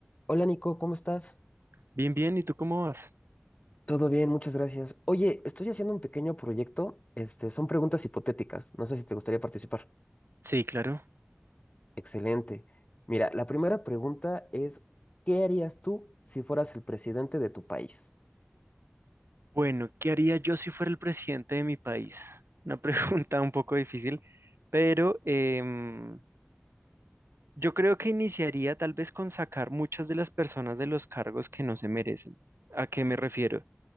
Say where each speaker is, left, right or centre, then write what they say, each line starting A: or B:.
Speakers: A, on the left (about 35°); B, on the right (about 80°).
A: Hola Nico, ¿cómo estás?
B: Bien, bien, ¿y tú cómo vas?
A: Todo bien, muchas gracias. Oye, estoy haciendo un pequeño proyecto. Este, son preguntas hipotéticas. No sé si te gustaría participar.
B: Sí, claro.
A: Excelente. Mira, la primera pregunta es, ¿qué harías tú si fueras el presidente de tu país?
B: Bueno, ¿qué haría yo si fuera el presidente de mi país? Una <laughs> pregunta un poco difícil, pero em, yo creo que iniciaría tal vez con sacar muchas de las personas de los cargos que no se merecen. ¿A qué me refiero?